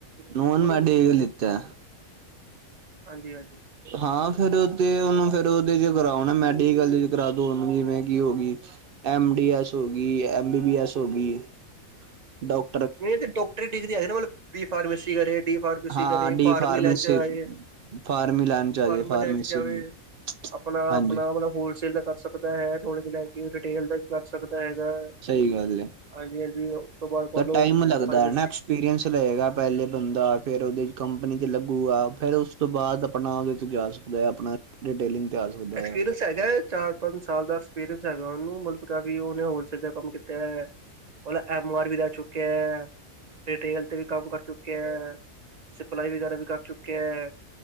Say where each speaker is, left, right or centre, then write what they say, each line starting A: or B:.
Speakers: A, on the right (about 65°); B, on the right (about 35°).
A: ਨੋਨ
B: ਉਹਨੂੰ
A: ਮੈਡੀਕਲ ਲਿਤਾ?
B: ਹਾਂਜੀ ਹਾਂਜੀ।
A: ਹਾਂ ਫੇਰ ਤੇ ਉਹਨੂੰ ਫਿਰ ਉਹਦੇ ਚ ਕਰਾਉ ਨਾ ਮੈਡੀਕਲ ਕਰਾ ਦੋ ਉਹਨੂੰ ਜਿਵੇਂ ਕਿ ਹੋ ਗਈ। ਐਮ ਡੀ ਐਸ ਹੋ ਗਈ ਐਮ ਬੀ ਬੀ ਐਸ ਹੋ ਗਈ ਡਾਕ
B: ਨਹੀਂ ਤਾਂ ਡਾਕਟਰੀ ਡਿਗਰੀ ਹੈ ਨਾ ਮਤਲਬ ਬੀ ਫਾਰਮੇਸੀ ਕਰੇ ਡੀ ਫਾਰਮੇਸੀ
A: ਹਾਂ
B: ਕਰੇ
A: ਡੀ
B: ਫਾਰਮੀ
A: ਫਾਰਮੇਸੀ
B: ਲੈਨ ਚ ਆਏ।
A: ਫਾਰਮੀ ਲਾਈਨ ਚ ਆ
B: ਫਾਰਮ
A: ਜੇ ਫਾਰਮੇਸੀ
B: ਲੈਣ ਚ ਜਾਵੇ
A: ਦੀ
B: ਆਪਣਾ
A: ਹਾਂਜੀ
B: ਆਪਣਾ ਮਤਲਬ ਹੋਲਸੇਲ ਦਾ ਕਰ ਸ। ਦਾ ਹੈ ਥੋੜੇ ਜਿਹੇ ਲੈ ਕੇ ਰਿਟੇਲ ਦਾ ਵੀ ਕਰ ਸਕਦਾ ਹੈਗਾ
A: ਸਹੀ ਗੱਲ ਹੈ
B: ਹਾਂਜੀ ਹਾਂਜੀ ਉਸ ਤੋਂ ਬਾਅਦ। ਮੰਨ
A: ਤਾਂ
B: ਲਓ
A: ਟਾਈਮ ਲੱਗਦਾ
B: ਫਾਰਮੇਸੀ
A: ਹੈ ਨਾ ਐਕਸਪੀਰੀਅੰਸ ਲਏਗਾ ਪਹਿਲੇ ਬੰਦਾ ਫਿਰ ਉਹਦੇ। ਕੰਪਨੀ ਚ ਲੱਗੂਗਾ ਫੇਰ ਉਸ ਤੋਂ ਬਾਅਦ ਆਪਣਾ ਉਹਦੇ ਤੋਂ ਜਾ ਸਕਦਾ ਹੈ ਆਪਣਾ ਰਿਟੇਲਿੰਗ ਤੇ ਆ। ਸਕਦਾ
B: ਐਕਪੀਰੀਅਨਸ।
A: ਆ
B: ਹੈਗਾ ਹੈ ਚਾਰ ਪੰਜ ਸਾਲ ਦਾ ਐਕਸਪੀਰੀਅੰਸ ਹੈਗਾ ਉਹਨੂੰ ਮਤਲਬ ਕਾਫੀ ਉਹਨੇ ਹੋਲਸੇਲ ਦਾ ਕੰਮ ਕੀਤਾ ਹੈ। ਲਾ ਐਮ ਆਰ ਵੀ ਰਹਿ ਚੁੱਕਿਆ ਹੈ ਰਿਟੇਲ ਤੇ ਵੀ ਕੰਮ ਕਰ ਚੁੱਕਿਆ ਹੈ। ਸਪਲਾਈ ਵਗੈਰਾ ਵੀ ਕਰ ਚੁੱਕਿਆ ਹੈ